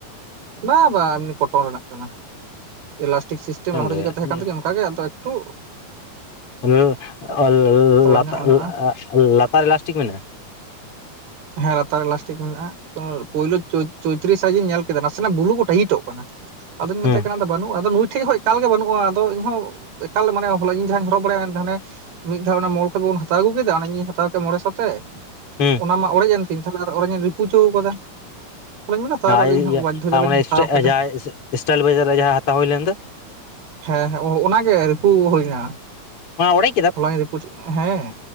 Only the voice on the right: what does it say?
ᱵᱟᱼᱵᱟ ᱮᱢᱱᱤ ᱠᱚᱴᱚᱱ ᱨᱮᱱᱟᱜ ᱠᱟᱱᱟ᱾ ᱮᱞᱟᱥᱴᱤᱠ ᱥᱤᱥᱴᱮᱢ
ᱞᱟᱦᱟᱛᱮ
ᱪᱤᱠᱟᱹᱛᱮ ᱛᱟᱦᱮᱸ ᱠᱟᱱ ᱛᱮᱜᱮ ᱚᱠᱟ ᱜᱮ ᱴᱩ
ᱧᱚᱜ ᱢᱮᱱᱟᱜᱼᱟ
ᱦᱮᱸ ᱞᱟᱛᱟᱨ ᱨᱮ ᱞᱟᱥᱴᱤᱠ ᱢᱮᱱᱟᱜᱼᱟ᱾ ᱯᱳᱭᱞᱳ‌ ᱪᱚ ᱪᱳᱭᱛᱨᱤᱥ ᱥᱟᱭᱤᱡ ᱤᱧ ᱧᱮᱞ ᱠᱮᱫᱟ ᱱᱟᱥᱮᱱᱟᱜ ᱵᱩᱞᱩ ᱠᱚ ᱴᱷᱮᱜ ᱜᱮ ᱴᱟᱭᱤᱴᱚᱜ ᱠᱟᱱᱟ᱾ ᱟᱫᱚᱧ
ᱢᱮᱛᱟᱭ ᱠᱟᱱᱟ ᱟᱫᱚ ᱵᱟᱹᱱᱩᱜ ᱟᱫᱚ ᱱᱩᱭ ᱴᱷᱮᱸ ᱦᱚᱸᱭ ᱮᱠᱟᱞ ᱜᱮ ᱵᱟᱹᱱᱩᱜᱼᱟ ᱟᱫᱚ ᱤᱧᱦᱚᱸ ᱮᱠᱟᱞ ᱢᱟᱱᱮ ᱦᱚᱞᱟ ᱤᱧ ᱡᱟᱦᱟᱸᱧ ᱦᱚᱨᱚᱜ ᱵᱟᱲᱟᱭᱟ ᱦᱟᱱᱮ ᱢᱤᱫ ᱫᱷᱟᱣ ᱚᱱᱟ ᱢᱚᱞ ᱠᱷᱚᱡ ᱵᱚᱱ ᱦᱟᱛᱟᱣ ᱟᱹᱜᱩ ᱠᱮᱫᱟ, ᱚᱱᱟ ᱤᱧᱤᱧ ᱦᱟᱛᱟᱣ ᱠᱮᱫ ᱢᱚᱬᱮ ᱥᱚᱛᱮᱜ
ᱚᱱᱟ ᱢᱟ ᱚᱲᱮᱡ ᱮᱱ ᱛᱤᱧ ᱛᱟᱦᱚᱞᱮ ᱟᱨ ᱚᱲᱮᱡ ᱤᱧ ᱨᱤᱯᱩ ᱪᱩᱣ ᱟᱠᱟᱫᱟ ᱛᱟᱦᱚᱞᱮᱧ ᱢᱮᱱᱫᱟ ᱦᱟᱛᱟᱣ
ᱠᱟᱜ ᱜᱤᱧ
ᱵᱟᱫᱽᱫᱷᱚ ᱡᱟᱞᱟᱧ
ᱦᱟᱛᱟᱣ
ᱠᱮᱫᱟ
ᱦᱮᱸ ᱦᱮᱸ ᱚᱱᱟ ᱜᱮ ᱨᱤᱯᱩ ᱦᱩᱭ ᱠᱟᱱᱟ᱾
ᱚᱱᱟ ᱜᱮ ᱨᱤᱯᱩᱡ ᱦᱮᱸ